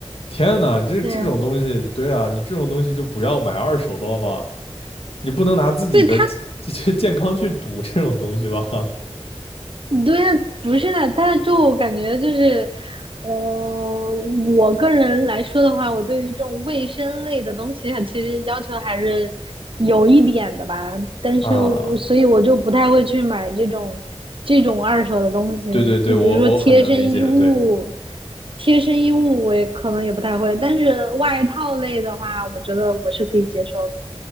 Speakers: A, on the left (about 65°); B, on the right (about 55°).
A: 天呐，这这种东西，
B: 对，
A: 对啊，你这种东西就不要买二手的了嘛，你不能拿自己的健健康去赌这种东西吧？
B: 对他对呀，不是的，他就我感觉就是，我我个人来说的话，我对于这种卫生类的东西啊，其实要求还是有一点的吧。但是我所以我就不太会去买这种这种二手的东西，
A: <laughs> 啊，对对对，
B: 就比如说贴身衣物，
A: 我我很能理解，对。
B: 贴身衣物我也可能也不太会，但是外套类的话，我觉得我是可以接受的。